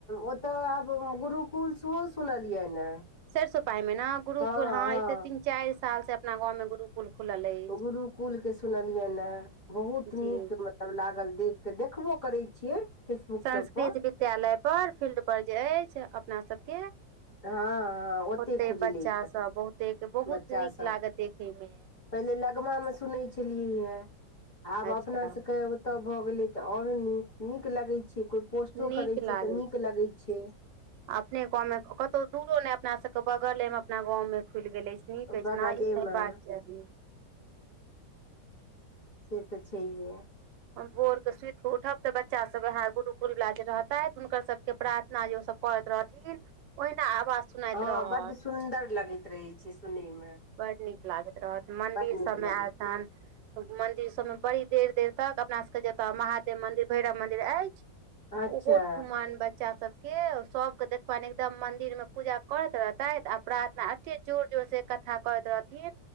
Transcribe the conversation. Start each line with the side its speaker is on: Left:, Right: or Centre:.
Left: ओतय आब गुरुकुल सेहो सुनलियै ने
Right: सरिसब पाही में न गुरुकुल
Left: हँ
Right: हां
Left: हँ
Right: एते तीन चारि साल से अपना गाँव मे गुरुकुल खुलल अइ
Left: गुरुकुल के सुनलियनि ह बहुत
Right: जी
Left: नीक मत तब लागल देख केऽ देखबो करै छियै फेसबुक
Right: संस्कृत
Left: सब पर
Right: विद्यालय पर फील्ड पर जे अछि अपना सभ केँ
Left: हँ हँ
Right: ओते
Left: खुजलै
Right: बच्चा सब बहुतेक बहुत
Left: बच्चा
Right: नीक
Left: सब
Right: लागत देखै मे
Left: पहिले लगमामे सुनैत छलियै हे आब
Right: अच्छा
Left: अपना सभके तब भऽ गेले तऽ और नीक नीक लगै छै कोय पोस्टो
Right: नीक
Left: करै
Right: लागै
Left: छै तऽ नीक लगै छै
Right: अपने गाँव मे कतहु दूरो न अपना सबके बगल ए अपना गाँव मे खुलि गेलेनी की
Left: बगले मे
Right: <inaudible>
Left: से तऽ छैैहे
Right: हम भोरके सुति कऽ उठब तऽ बच्चा सब उएह गुरुकुल वला जे रहतथि हुनकर सबके प्रार्थना जे ओसभ करैत रहथिन ओहिना आवाज सुनाइत
Left: हँ
Right: रहत
Left: बड सुन्दर लगैत रहै छै सुनै मे
Right: बड नीक लागैत रहत मंदिर
Left: बड नीक
Right: सबमे
Left: लगै
Right: आयतन मंन्दिर सबमे बड़ी देर देर तक अपना सबके जतऽ महादेव मन्दिर भैरव मन्दिर अछि
Left: अच्छा
Right: ओहो ठुमान बच्चा सब के सबके देखबान एकदम मंदिर में पूजा करैत रहतैक आ प्रार्थना अे जोर जो से कथा कहैत रहथिन